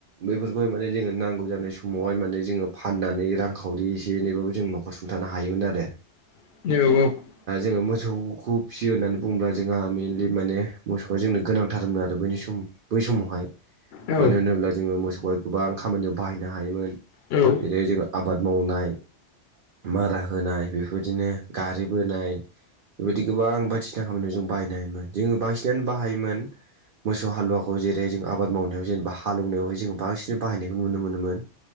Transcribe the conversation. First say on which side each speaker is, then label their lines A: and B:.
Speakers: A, on the right (about 55°); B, on the left (about 70°).
A: बेफोरखौहाय माने जोङो नांगौ जानाय समावहाय माने जोङो फाननानै रांखावरि एसे एनैबाबो जों न'खर सुंथानो हायोमोन आरो।
B: औ औ।
A: ओ मोसौखौ फिसियो होननानै बुङोब्ला जोंहा मेइेनलि माने मोसौआ जोंनो गोनां थारमोन आरो बैनि सम बै समावहाय
B: औ
A: मानो होनोब्ला जोङो मोसौ गोबां खामानियाव बाहायनो हायोमोन
B: औ
A: जेरै जों आबाद मावनाय मारा होनाय बेफोरदिनो गारि बोनाय बेबायदि गोबां बायदिसिना खामानियाव जों बाहायनो हायोमोन जोङो बांसिनानो बाहायोमोन। मोसौ हालुवाखौ जेरै जों आबाद मावनायाव जेनेबा हालौनायावहाय जोङो बांसिन बाहायनायखौ नुनो मोनोमोन